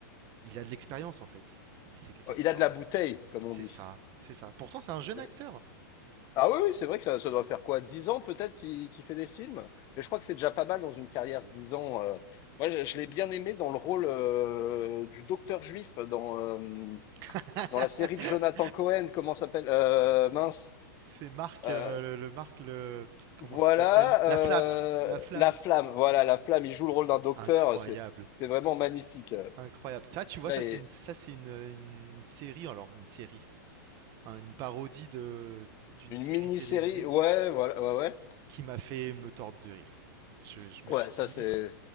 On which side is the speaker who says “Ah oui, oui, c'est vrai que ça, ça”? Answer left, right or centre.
Left